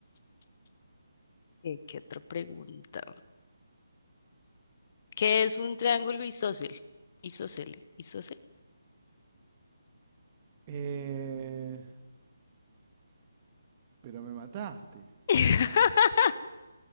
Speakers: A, on the left; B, on the right.
A: ¿qué, qué otra pregunta? ¿Qué es un triángulo isósceles? Isósceles, isósceles.
B: Eh, pero me mataste.
A: <laughs>